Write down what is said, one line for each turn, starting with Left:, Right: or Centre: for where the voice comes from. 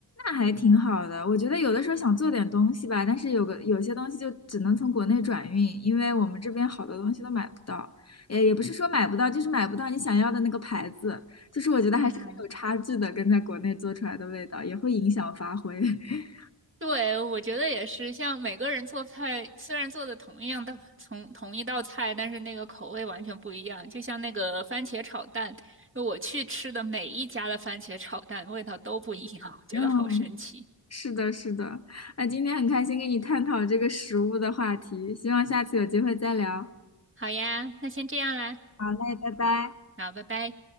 Left: 那还挺好的，我觉得有的时候想做点东西吧，但是有个有些东西就只能从国内转运，因为我们这边好多东西都买不到，也也不是说买不到，就是买不到你想要的那个牌子，就是我觉得还是很有差距的，
Right: 嗯，
Left: 跟在国内做出来的味道也会影响发挥。<laughs>
Right: 对，我觉得也是，像每个人做菜，虽然做的同一样的同同一道菜，但是那个口味完全不一样。就像那个番茄炒蛋，就我去吃的每一家的番茄炒蛋味道都不一样，我觉得好神奇。
Left: 嗯，是的，是的，那今天很开心跟你探讨这个食物的话题，希望下次有机会再聊。
Right: 好呀，那先这样啦，
Left: 哎，拜拜。
Right: 好，拜拜。